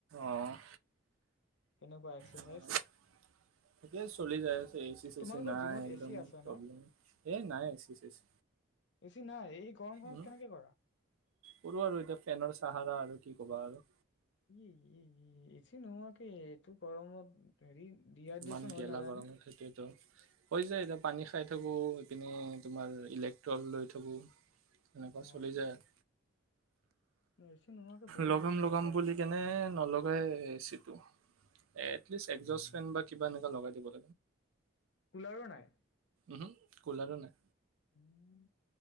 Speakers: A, on the right; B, on the left.
A: অঁ
B: কেনেকুৱা এক্সাৰচাইজ
A: ঠিকে চলি যায় আছে এচি চ
B: তোমালোকৰ
A: চি নাই
B: জিমত
A: একদম
B: এ চি আছে ন
A: প্ৰব্লেম এই নাই এ চি চ চি
B: বেছি নাই এই গৰমখনত
A: উম
B: কেনেকে কৰা
A: কৰু আৰু এতিয়া ফেনৰ চাহাৰা আৰু কি কি কবা আৰু
B: উম হম এছি নোহোৱাকে এইটো গৰমত হেৰি ডিহাইড্ৰেচন
A: ইমান গেলা
B: হয় নাজানে
A: গৰমত থাকেতো য এতিয়া পানী খাই থাকো লৈ পিননে তোমাৰ ইলেক্ট্ৰল লৈ থ'কো তেনেকুৱা
B: অ
A: চলি যায় আৰু
B: এ চি নোহোৱাকে বহুত
A: লগাম
B: বেছি
A: লগাম
B: দিগদাৰ
A: বুলি কেনে নলগাই এ চি টো এটলিষ্ট এগজাষ্ট
B: উম,
A: বা কিবা এনেকা লগাই দিব <inaudible>
B: কলাৰো নাই
A: উ কোলাৰো নাই
B: উম